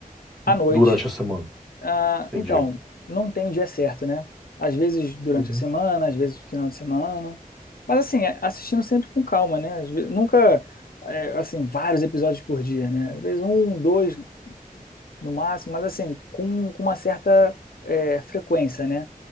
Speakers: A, on the left; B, in the centre.
A: À
B: Durante
A: noite.
B: a semana?
A: Ah,
B: Entendi.
A: então, não tem o dia certo, né? Às vezes durante
B: Uhum.
A: a semana, às vezes no final de semana. Mas assim, é- assistindo sempre com calma, né? Às ve- nunca, é, assim, vários episódios por dia, né? Às vezes um, dois no máximo, mas assim, com, com uma certa, é, frequência, né?